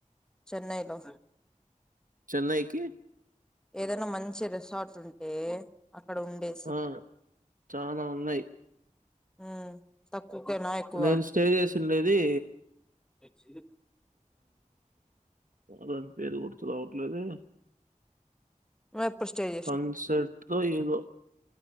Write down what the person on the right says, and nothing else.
చెన్నైకి
ఆ చానా ఉన్నాయ్
నేను స్టే చేసుండేది
దాని పేరు గుర్తు కావట్లేదు
సన్సెట్స్ తో ఏదో